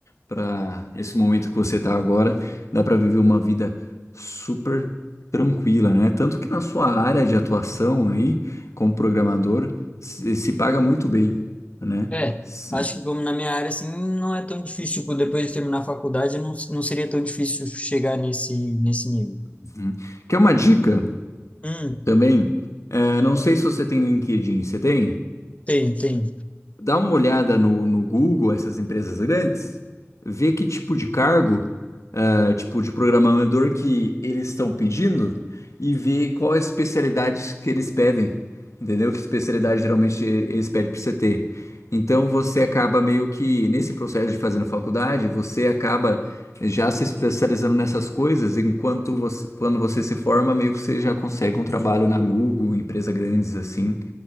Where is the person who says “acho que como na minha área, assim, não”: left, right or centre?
Left